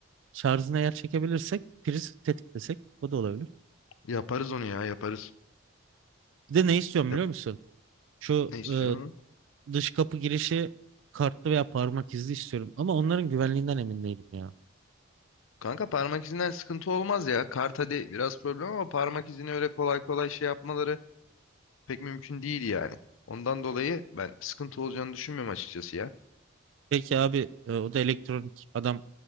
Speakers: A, on the right (about 65°); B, on the left (about 75°).
A: Şarjını eğer çekebilirsek priz tetiklesek o da olabilir.
B: Yaparız onu ya yaparız.
A: Bir de ne istiyorum
B: Yap-
A: biliyor musun? Şu
B: Ne istiyor?
A: e, dış kapı girişi kartlı veya parmak izli istiyorum. Ama onların güvenliğinden emin değilim ya.
B: Kanka parmak izinden sıkıntı olmaz ya. Kart hadi biraz problem ama parmak izini öyle kolay kolay şey yapmaları pek mümkün değil yani. Ondan dolayı ben sıkıntı olacağını düşünmüyorum açıkçası ya.
A: Peki abi e, o da elektronik adam